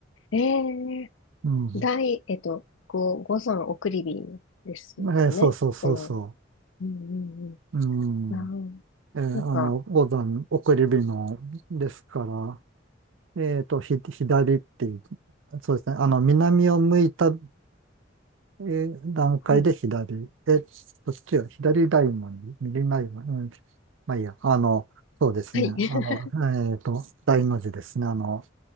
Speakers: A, on the left; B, on the right.
A: ええ
B: うん。
A: 大、えっと、ご、ご山送り火ですよね。
B: えーそうそうそうそ
A: その、うんうん
B: う。うん。
A: うん。ああ、
B: えーあの、
A: なんか、
B: 五段送り火のですから、えっと、ひ、左っていう、そうですね。あの、南を向いた、えー段階で左。
A: はい。
B: え、どっちが左大門、右大門、うん。まあいいや。あの、そうですね。
A: はい。
B: あの、
A: <laughs>
B: えっと、大の字ですね。あの、